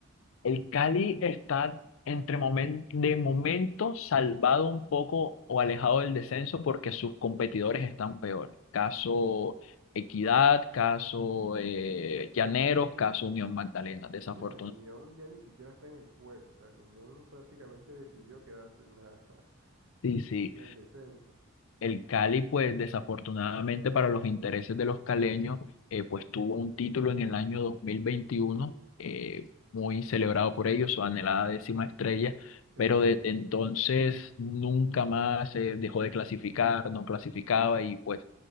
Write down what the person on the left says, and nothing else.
El Cali está entre momen- de momento salvado un poco o alejado del descenso porque sus competidores están peores. Caso Equidad, caso eh, Llaneros, caso Unión Magdalena, desafortunadamente.
Sí, sí.
El Cali, pues desafortunadamente para los intereses de los caleños, eh, pues tuvo un título en el año 2021, eh, muy celebrado por ellos, su anhelada décima estrella,
pero desde entonces nunca más eh, dejó de clasificar, no clasificaba y pues